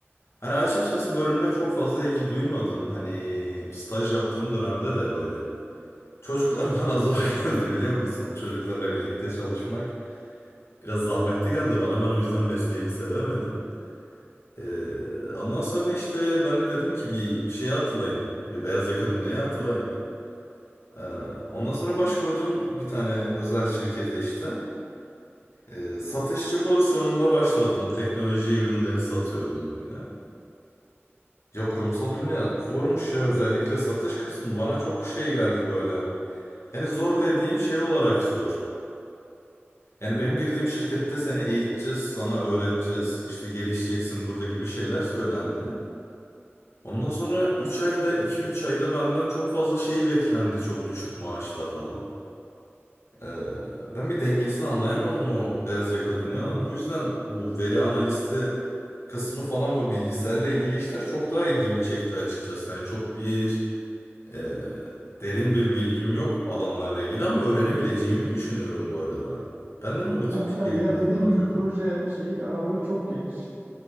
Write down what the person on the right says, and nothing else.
Evet.
Tabii
tabii
ya dediğim gibi
proje şeyi aralığı çok geniş.